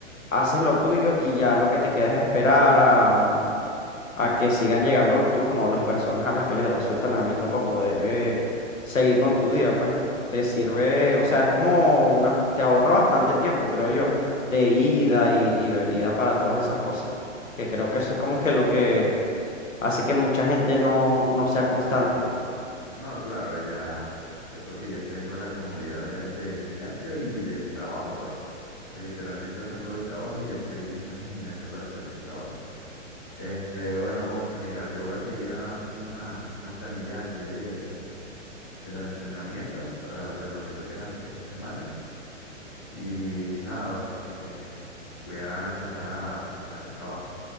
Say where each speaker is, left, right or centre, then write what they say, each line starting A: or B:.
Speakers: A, on the left; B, on the left.
A: haces lo tuyo y ya lo que te queda es esperar a mm, a que sigan llegando los turnos, las personas a las que les das su entrenamiento para poder eh, seguir con tu día, pues te sirve, o sea, es como una, f- te ahorra bastante tiempo, creo yo, de ida y, y venida para todas esas cosas, que creo que eso es como que lo que hace que mucha gente no, no sea constante.
B: No, claro, ya, ya porque ya tengo la comodidad de- del gimnasio y del trabajo, pues. Porque literalmente salgo del trabajo y ya estoy mismo en el gimnasio para hacer mis trabajos. Este, bueno, José, mira, yo voy a seguir haciendo una- unas planillas aquí de, de los entrenamientos para de lo que toquen esta semana. Y nada, este, voy a empezar a hacer los trabajos.